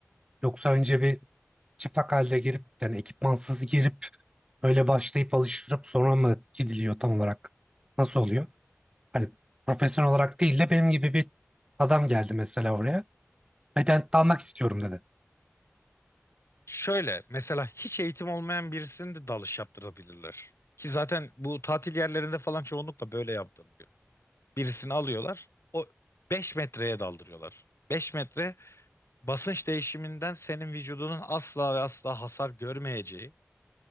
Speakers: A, on the right; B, on the left.
A: Yoksa önce bir çıplak halde girip yani ekipmansız girip öyle başlayıp alıştırıp sonra mı gidiliyor tam olarak? Nasıl oluyor? Hani profesyonel olarak değil de benim gibi bir adam geldi mesela oraya. Beden dalmak istiyorum dedi.
B: Şöyle mesela hiç eğitim olmayan birisini de dalış yaptırabilirler. Ki zaten bu tatil yerlerinde falan çoğunlukla böyle yaptırılıyor. Birisini alıyorlar, o 5 metreye daldırıyorlar. 5 metre Basınç değişiminden senin vücudunun asla ve asla hasar görmeyeceği,